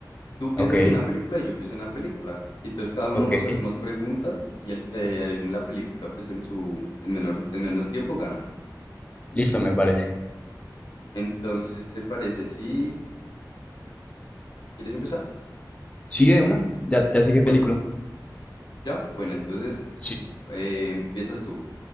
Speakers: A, on the left; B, on the left.
A: Tú piensas
B: Ok,
A: en una película y yo pienso en una película. Y entonces cada uno
B: ok.
A: nos hacemos preguntas y el que adivine la película, pues en su, en menor, en menos tiempo gana.
B: Listo, me parece.
A: Entonces, ¿te parece si quieres empezar?
B: Sí, de una. Ya, ya sé qué
A: Bueno,
B: película.
A: ya, bueno, entonces
B: Sí.
A: eh, empiezas tú.